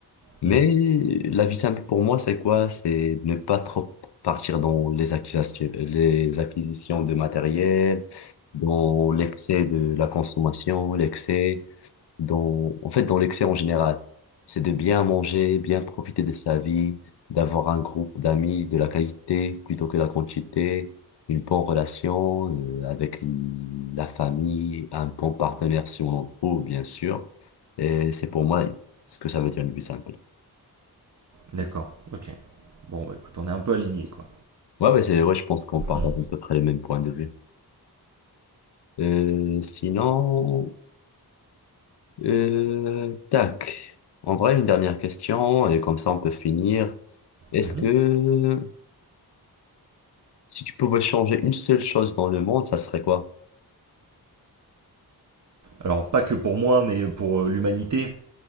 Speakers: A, on the left; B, on the right.
A: Mais
B: mhm.
A: la vie simple pour moi, c'est quoi? C'est ne pas trop partir dans les acquisitions, les acquisitions de matériel, dans l'excès de la consommation, l'excès dans, en fait, dans l'excès en général. C'est de bien manger, bien profiter de sa vie, d'avoir un groupe d'amis de la qualité plutôt que la quantité, une bonne relation euh, avec la famille, un bon partenaire si on en trouve, bien sûr. Et c'est pour moi ce que ça veut dire le plus simple.
B: D'accord, ok. Bon, bah écoute, on est un peu aligné, quoi.
A: Ouais, mais c'est, ouais, je pense qu'on partage
B: Mhm,
A: à peu près les mêmes points de vue. Euh, sinon, euh, tac. En vrai, une dernière question, et comme ça on peut finir. Est-ce
B: mhm.
A: que Si tu pouvais changer une seule chose dans le monde, ça serait quoi?
B: Alors, pas que pour moi, mais pour euh, l'humanité.